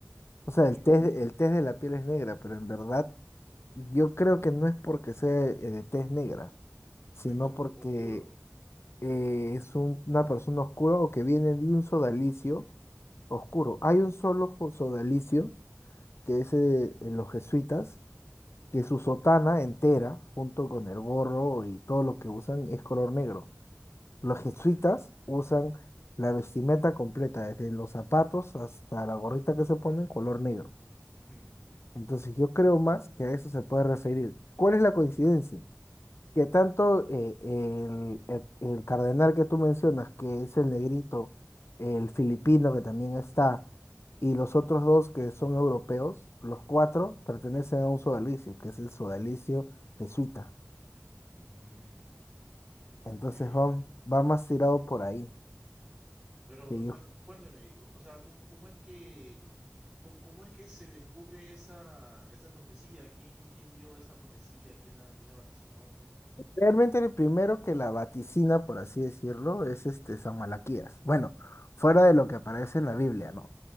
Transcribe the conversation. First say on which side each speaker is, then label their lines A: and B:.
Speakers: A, on the right; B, on the left.
A: Ok.
B: O sea, el test, el test de la piel es negra, pero en verdad yo creo que no es porque sea eh, de tez negra,
A: Si
B: sino
A: no es que es
B: porque
A: oscuro.
B: eh, es un- una persona oscura o que viene de un sodalicio oscuro. Hay un solo jo- sodalicio que es eh, en los jesuitas que su sotana entera, junto con el gorro y todo lo que usan, es color negro. Los jesuitas usan la vestimenta completa, desde los zapatos hasta la gorrita que se ponen, color negro.
A: Ujú,
B: Entonces yo creo más que a eso se puede referir. ¿Cuál es la coincidencia? Que tanto eh, el, el- el cardenal que tú mencionas, que es el negrito, el filipino que también está, y los otros dos que son europeos, los cuatro pertenecen a un sodalicio, que es el sodalicio jesuita.
A: ujú,
B: Entonces
A: Ok.
B: va, va más tirado por ahí.
A: Pero,
B: Que
A: o
B: yo,
A: sea, cu- cuéntame, cu- o sea, ¿cómo, cómo es que, cómo, cómo es que se descubre esa, esa profecía? ¿Quién, quién dio esa profecía? ¿Quién la, quién la vaticinó? ¿Cómo, cómo
B: realmente
A: fue?
B: el primero que la vaticina, por así decirlo, es este San Malaquías. Bueno, fuera de lo que aparece en la Biblia, ¿no?